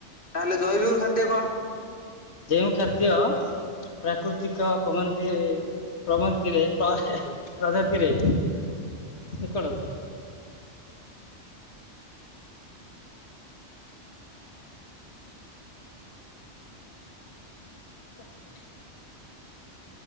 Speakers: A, on the left (about 45°); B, on the left (about 65°).
A: ତାହେଲେ ଜୈବିକ ଖାଦ୍ୟ କଣ?
B: ଯେଉଁ ଖାଦ୍ୟ ପ୍ରାକୃତିକ ପବନ୍ତି ପ୍ରଗନ୍ତିରେ ପ୍ରଗ ପ୍ରଗତିରେ ଏକଡ଼ <unintelligible>